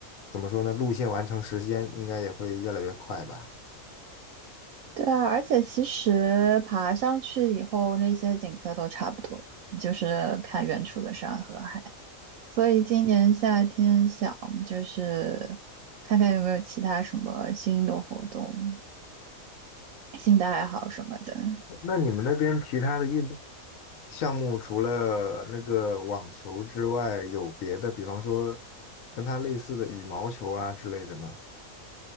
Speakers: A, on the left; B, on the right.
A: 怎么说呢？路线完成时间应该也会越来越快吧？
B: 对啊，而且其实爬上去以后，那些景色都差不多，就是看远处的山和海。所以今年夏天想就是看看有没有其他什么新的活动、新的爱好什么的。
A: 那你们那边其他的运动项目除了那个网球之外，有别的，比方说跟它类似的羽毛球啊之类的吗？